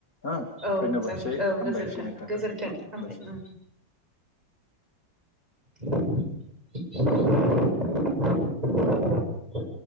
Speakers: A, on the left; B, on the right.
A: हो
B: औ
A: धन्यबादसै
B: जागोन औ
A: हामबायसै
B: गोजोनथों
A: नोंथांखौ
B: गोजोन्थों
A: हामबायसै
B: हामबाय उम। <inaudible>